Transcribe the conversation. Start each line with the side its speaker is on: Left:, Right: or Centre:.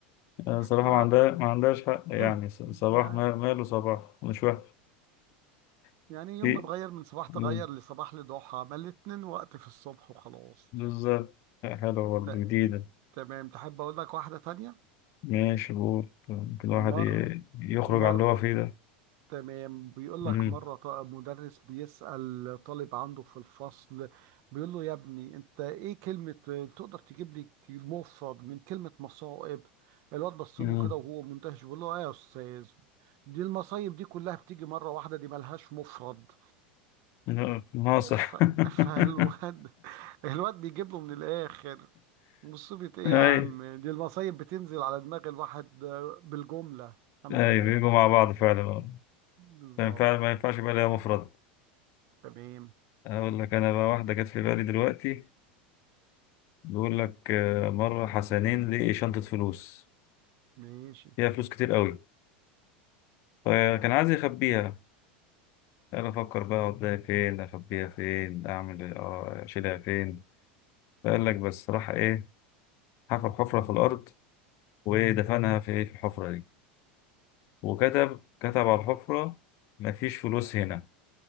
Left: أنا صراحه
Right: ف
Left: ما عندها ما عندهاش حق يعني
Right: <clears throat>
Left: ص- صباح
Right: يعني
Left: ما- ماله صباح مش وحش <laughs>
Right: يعني يوم
Left: في
Right: ما اتغير من صباح تغير
Left: مم.
Right: لصباح لضحى ما الاتنين وقت في الصبح وخلاص
Left: بالظبط حلوه برضه
Right: ت-
Left: جديده
Right: تمام تحب اقول لك واحدة تانية
Left: ماشي قول يمكن الواحد
Right: مر
Left: ي- يخرج
Right: مر
Left: عن اللي هو فيه ده
Right: تمام بيقول
Left: مم.
Right: لك مرة ط- مدرس بيسأل طالب عنده في الفصل بيقول له يا ابني انت ايه كلمة تقدر تجيب لي مفرد من كلمة مصائب الواد بص
Left: <laughs>
Right: له
Left: مم.
Right: كده وهو مندهش بيقول له ايه يا استاذ دي المصايب دي كلها بتيجي مرة واحدة دي ملهاش مفرد
Left: لا، ناصح
Right: ف...
Left: <laughs>
Right: فالواد الواد بيجيب له من الاخر مصيبة ايه
Left: اي
Right: يا عم دي المصايب بتنزل على دماغ الواحد بالجملة الحمد
Left: اي
Right: لله
Left: بيجوا مع بعض فعلا آه.
Right: بالظبط
Left: فعلا فعلا ما ينفعش يبقى ليها مفرد
Right: تمام
Left: اقول لك انا بقى واحده جت في بالي دلوقتي بيقول لك آه، مره حسنين لقي شنطه فلوس
Right: ماشي
Left: فيها فلوس كتير قوي فكان عايز يخبيها قال افكر بقى اوديها فين اخبيها فين اعمل آه، اشيلها فين فقال لك بس راح ايه حفر حفره في الارض ودفنها في إيه، في الحفره دي وكتب كتب على الحفرة مفيش فلوس هنا